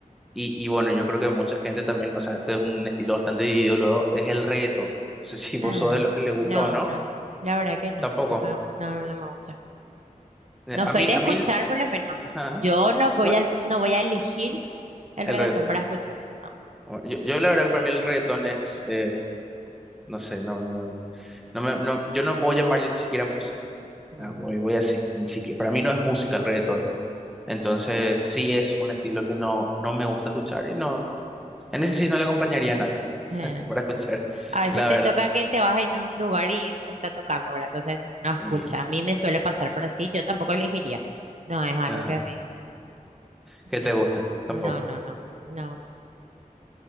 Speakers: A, in the centre; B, on the right.
A: Y, y bueno, yo creo que mucha gente también, o sea, este es un estilo bastante dividido luego, es el reggaetón. No sé si vos
B: Ah,
A: sos de los que le gusta
B: no,
A: o no.
B: no. La verdad que no.
A: Tampoco.
B: No me, no, no me gusta.
A: Eh,
B: No
A: A
B: soy
A: mí,
B: de escuchar,
A: a mí,
B: por lo menos.
A: ajá.
B: Yo no voy
A: Bueno,
B: a, no voy a elegir el
A: el
B: reggaetón
A: reggaetón.
B: para escuchar. No.
A: Bueno, yo, yo la verdad que para mí el reggaetón es, eh, no sé, no, no, no me, no, yo no puedo llamarle ni siquiera música.
B: Ujú.
A: Ah, Voy, voy así, ni siquiera. Para mí no es música el reggaetón. Entonces, sí es un estilo que no, no me gusta escuchar y no, no, en ese sí no le acompañaría a nadie
B: Eh,
A: <laughs> para escuchar,
B: A veces
A: la
B: te
A: verdad.
B: toca que te vas en un lugar y está tocando, ¿verdad? Entonces uno escucha.
A: Y,
B: A mí me suele pasar, pero sí, yo tampoco elegiría. No, es algo
A: ajá,
B: que a mí.
A: qué
B: No,
A: te gusta,
B: no,
A: tampoco.
B: no, no. No,